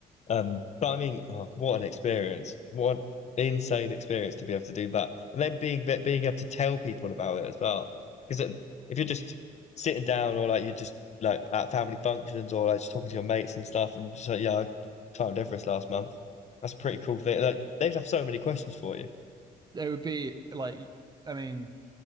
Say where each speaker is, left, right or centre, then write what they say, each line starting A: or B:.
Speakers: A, on the left; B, on the right.
A: Um, but I mean, oh, what an experience! What an insane experience to be able to do that, and then being be- being able to tell people about it as well. Because if you're just sitting down, or like you're just like at family functions, or like just talking to your mates and stuff, and just like, yeah, I climbed Everest last month. That's a pretty cool thing. Like they'd have so many questions for you.
B: it would be like, I mean.